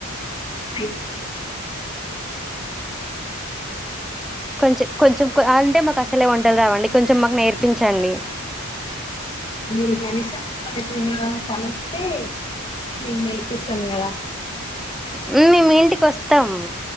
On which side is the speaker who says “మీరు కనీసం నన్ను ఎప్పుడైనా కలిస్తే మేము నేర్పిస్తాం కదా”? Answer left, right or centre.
Left